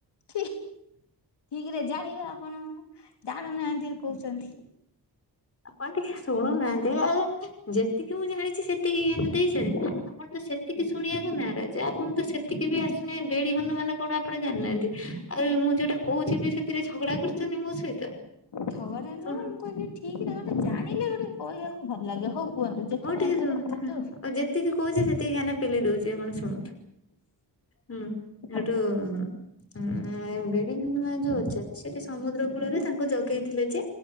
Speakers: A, on the left; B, on the left.
A: ଠି ଠିକ୍ ରେ ଜାଣିବେ ଆପଣ ଜାଣୁନାହାନ୍ତି କହୁଛନ୍ତି।
B: ଆପଣ ଟିକେ ଶୁଣୁନାହାନ୍ତି ଆଜ୍ଞା ଯେତିକି ମୁଁ ଜାଣିଛି ସେତିକି ଜ୍ଞାନ ଦେଇ ସାର ଆପଣ ତ ସେ ସେତିକି ଶୁଣିବାକୁ ନାରାଜ ଆପଣ ତ ସେତିକି ବି ଆସୁନାହିଁ ବେଡି ହନୁମାନ କଣ ଆପଣ ଜାଣିନାହାନ୍ତି ଆଉ ମୁଁ ଯୁଉଟା କହୁଛି ବି ସେଥିରେ ଝଗଡା କରୁଛନ୍ତି ମୋ ସହିତ।
A: ଛଗଡା ନୁହଁ
B: ଶୁଣ
A: ମୁଁ କହିଲି ଠିକ୍ ଗୋଟେ ଜାଣିଲେ ଗୋଟେ କହିବାକୁ ଭଲ ଲାଗେ ହଉ। କୁହନ୍ତୁ ଯେତିକି
B: ହଉ
A: ଜାଣିଛନ୍ତି
B: ଟିକେ ଶୁଣତୁନୁ
A: କୁହନ୍ତୁ
B: ଯେତିକି କହୁଛି ସେତିକି ଜ୍ଞାନ ପେଲି ଦଉଛି ଆପଣ ଶୁଣନ୍ତୁ ହୁଁ
A: ଆଉ
B: ହେଠୁ ଉଁ ବେଡି ହନୁମାନ ଯୋଉ ଅଛନ୍ତି ସେଠି ସମୁଦ୍ର କୂଳରେ ତାଙ୍କୁ ଜଗେଇଥିଲେ ଯେ